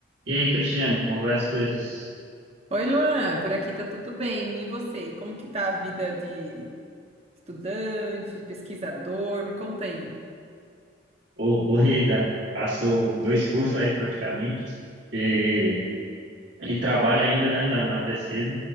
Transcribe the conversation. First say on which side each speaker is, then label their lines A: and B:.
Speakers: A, on the right; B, on the right.
A: E aí, Cristiano, como vai as coisas?
B: Oi, Luan, por aqui tá tudo bem. E você, como que tá a vida de estudante, de pesquisador? Me conta aí.
A: Ô, corrida, passou dois cursos aí praticamente e, e trabalho ainda, né, na, na pesquisa.